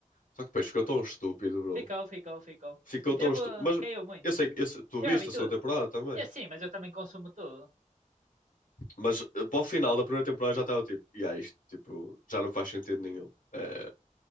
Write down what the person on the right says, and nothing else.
Ficou, ficou, ficou.
Devo,
caiu muito.
Eu
já vi tudo.
É sim, mas eu também consumo tudo.